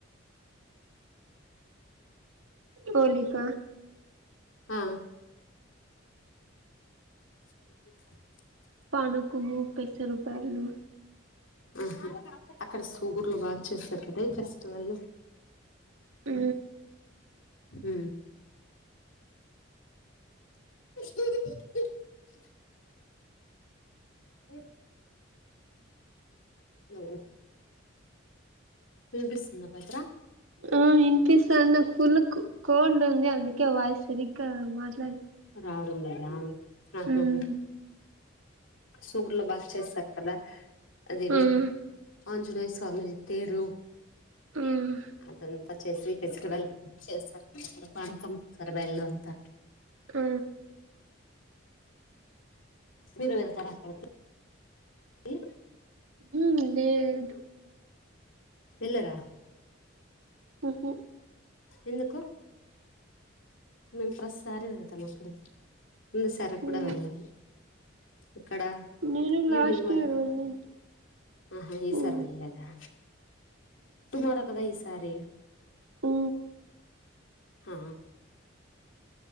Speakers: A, on the right (about 85°); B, on the left (about 75°).
A: పోలిక
B: ఆ ఇది
A: పనుకుము పిసురుపాయును
B: ఆహా అక్కడ సూగుర్లో బాగా చేస్తారు కదా ఈ ఫెస్టివల్
A: ఊ
B: ఉ <inaudible> ఇప్ నో వినిపిస్తుంద బేతం
A: ఆ ఈనిపిస్తాంది నాకు ఫుల్ కో కోల్డ్ ఉంది అందుకే వయస్సు సరిగ్గా మాట
B: రావడం లేదా అహ్హ్
A: మ్మ్
B: సూగుర్లో బాగా చేస్తారు కదా అదేమి
A: మ్మ్
B: ఆంజినేయస్వామిది తేరు
A: మ్మ్
B: అతన్ అంత చేసి ఫస్టివల్ చేస్తారు కదా పానకం సర బెల్ అంత
A: అ
B: మీరు వెళ్తారా అక్కడికి ఏ
A: ఉ లేదు
B: వెళ్లరా
A: ఉహ
B: ఎందుకు మేము ప్రతిసారి వెళతాం అక్కడికి ముందు సారి కూడా
A: మ్మ్
B: వెళ్ళాం ఇక్కడ
A: నేను
B: ఈవినింగ్
A: లాస్ట్
B: వరకు
A: ఇయర్ వెళ్ళింటి
B: ఆహా ఈ సారి
A: మ్మ్
B: వెళ్ళలేదా టుమారో కదా ఈసారి
A: ఊ
B: ఆ